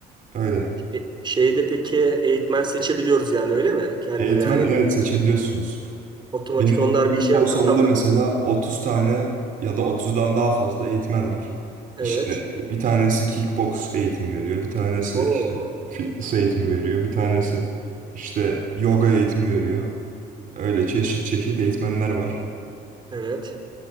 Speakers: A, on the right; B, on the right.
A: öyle.
B: E, Şeyde peki eğitmen seçebiliyoruz yani öyle mi? Kendim
A: Eğitmen
B: yani
A: evet seçebiliyorsunuz.
B: otomatik
A: Benim
B: onlar
A: gittiğim
B: bir işe
A: spor
B: atamıyor.
A: salonunda mesela 30 tane ya da 30'dan daha fazla eğitmen var. İşte
B: Evet.
A: bir tanesi kickbox eğitimi veriyor, bir tanesi
B: Oo.
A: işte fitness eğitimi veriyor, bir tanesi işte yoga eğitimi veriyor. Öyle çeşit çeşit eğitmenler var.
B: Evet.